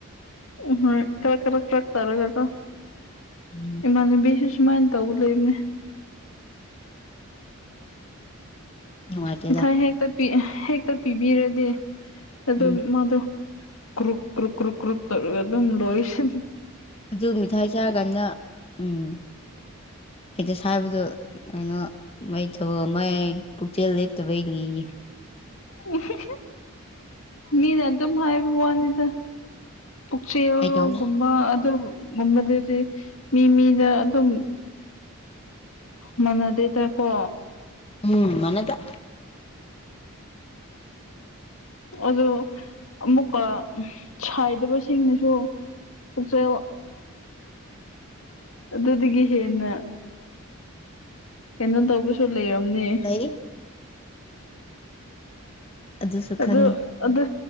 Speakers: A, on the left (about 70°); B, on the left (about 25°).
A: ꯎꯝ ꯍꫭꯏ ꯊꯕꯛ ꯈꯔ ꯀꯔꯛ <unintelligible> ꯇꯥꯛ ꯇꯔ ꯀꯀ
B: ꯎꯝ
A: ꯏꯃꯅꯦ ꯁꯨ ꯁꯨꯃꯥꯏ ꯇꯧ ꯂꯩꯕꯅꯦ
B: ꯅꯨꯡꯉꯥꯏꯇꯦꯗ
A: ꯃꯤꯊꯥꯏ ꯍꯦꯛꯇ ꯍꯦꯛꯇ ꯄꯤꯕꯤꯔꯗꯤ ꯑꯗꯨꯝ
B: ꯎꯝ
A: ꯃꯥꯗꯣ ꯀ꯭ꯔꯨꯛ ꯀ꯭ꯔꯨꯛ ꯀ꯭ꯔꯨꯛ ꯀ꯭ꯔꯨꯛ ꯇꯧꯒ ꯑꯗꯨꯝ ꯂꯣꯏꯁ
B: ꯑꯗꯨ ꯃꯤꯊꯥꯏ ꯆꯥꯔꯀꯥꯟꯗ ꯎꯝ ꯍꯦꯛꯇ ꯁꯥꯕꯗꯣ ꯀꯩꯅꯣ ꯃꯩ ꯊꯕ <unintelligible> ꯃꯥꯏ ꯄꯨꯛꯆꯦꯜ ꯂꯦꯞꯇꯕꯩꯅꯤꯌꯦ
A: ꯎꯝꯍꯝꯍꯝ <unintelligible> ꯃꯤꯅ ꯑꯗꯨꯝ ꯍꯥꯏꯕ ꯋꯥꯅꯤꯗ ꯄꯨꯛꯆꯦꯜꯒꯨꯝ
B: ꯐꯥꯒꯤ ꯇꯧꯅꯤ
A: ꯕ ꯑꯗꯨꯝꯒꯨꯝꯕꯗꯨꯗꯤ ꯃꯤ ꯃꯤꯗ ꯑꯗꯨꯝ ꯃꯅꯗꯦꯗꯀꯣ
B: ꯎꯝ ꯃꯅꯦꯗꯦ
A: ꯑꯗꯨ ꯑꯃꯨꯛꯀ ꯁꯥꯏꯗꯕꯁꯤꯡꯅꯁꯨ ꯄꯨꯛꯆꯦꯜ ꯑꯗꯨꯗꯒꯤ ꯍꯦꯟꯅ ꯀꯩꯅꯣ ꯇꯧꯕꯁꯨ ꯂꯩꯔꯝꯅꯤ
B: ꯂꯩ ꯑꯗꯨꯁꯨ ꯈꯪꯉꯤ
A: ꯑꯗꯨ ꯑꯗꯨ